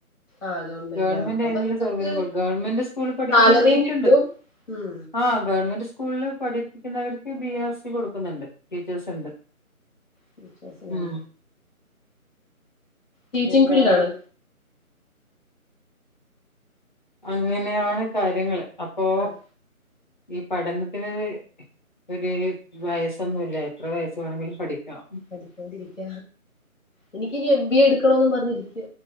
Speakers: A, on the left; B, on the left.
A: ആഹ്
B: ഗവൺമെന്റ്
A: ആഹ്
B: അയിനുള്ള
A: അപ്പൊ നിങ്ങക്ക്
B: സൗകര്യ കൊ ഗവൺമെന്റ് സ്കൂളിൽ പഠിക്കുന്ന
A: സാലറിയും
B: കുട്ടികൾക്കെയുണ്ട്.
A: കിട്ടും ഉം
B: ആഹ് ഗവൺമെന്റ് സ്കൂളിൽ പഠിപ്പിക്കുന്നവർക്ക് ബി എർ സി കൊടുക്കുന്നുണ്ട് ടീച്ചേഴ്സ് ഉണ്ട്.
A: ടീച്ചേർസ് ന
B: ഉം
A: ടീച്ചിങ്
B: പിന്നെ
A: ഫിൽഡ് ആണ്.
B: അങ്ങനെയാണ് കാര്യങ്ങൾ അപ്പോ
A: ആഹ്
B: ഈ പഠനത്തിന് ഒരു വയസ്സൊന്നുല്ല എത്ര വയസ്സ് വേണമെങ്കിലും പഠിക്കാം.
A: പഠിച്ചിട്ടേ ഇരിക്ക എനിക്ക് ഇനി എം ബി എ എടുക്കണന്ന് പറഞ്ഞിരിക്ക